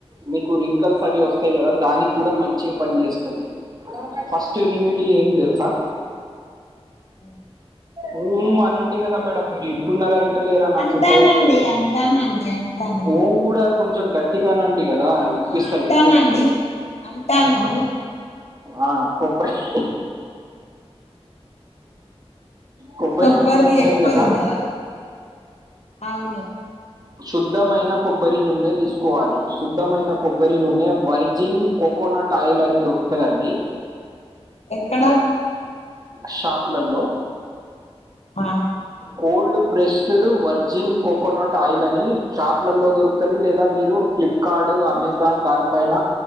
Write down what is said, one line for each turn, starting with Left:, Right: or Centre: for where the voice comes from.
Right: మీకు రింకల్స్ అవి వస్తాయి కదా దానికి కూడా మంచిగా పని చేస్త అది ఫస్ట్ రెమిడీ ఏంటి తెలుసా
Left: హు
Right: హుమ్మ్ అనండి కదా మేడం మీరు వింటున్నారా ఇంట లేరా నాకు
Left: అంటానండి
Right: ఎట్లా తెలు త్తఅది
Left: అంటానండి అంటాను
Right: హు కూడా కొంచెం గట్టిగా అనండి ఉంది కదా
Left: ఊ
Right: ఇనిపిస్తలేదు
Left: అంటానండి అంటాను
Right: ఆ కొబ్బరి కొబ్బరి
Left: కొబ్బరిది
Right: నూనె ఉంటది
Left: ఎక్కువ
Right: గదా
Left: తినాలా అవును
Right: శుద్ధమైన కొబ్బరి నూనె తీసుకోవాలి శుద్ధమైన కొబ్బరి నూనె వర్జిన్ కోకోనట్ అట్ ఆయిల్ అన్ని దొరుకుతదా అండి
Left: ఎక్కడా
Right: షాపులళ్ళో
Left: ఆ
Right: cold pressed virgin coconut oil అని షాపుల్లలో దొరుకుతది లేదా మీరు ఫ్లిప్కార్ట్ అమెజాన్ దానిపైన